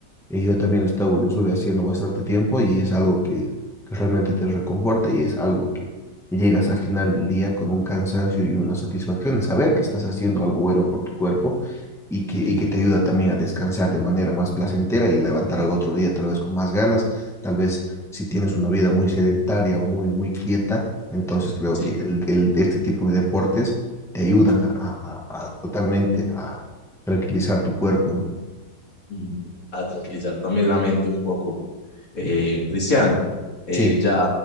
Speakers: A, in the centre; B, on the left.
A: Eh, yo también lo, estaba- lo estuve haciendo bastante tiempo y es algo que, que realmente te reconforta y es algo que llegas al final del día con un cansancio y una satisfacción en saber que estás haciendo algo bueno por tu cuerpo y que, y
B: sí,
A: que te ayuda también a descansar de manera más placentera y levantar al otro día tal vez con más ganas, tal vez si tienes una vida muy sedentaria o muy, muy quieta, entonces creo
B: sí.
A: que el, el- este tipo de deportes te ayudan a, a- a- a totalmente a tranquilizar tu cuerpo, ¿no?
B: Ujú. A tranquilizar también la mente un poco. Eh, Cristian, eh,
A: Sí.
B: ya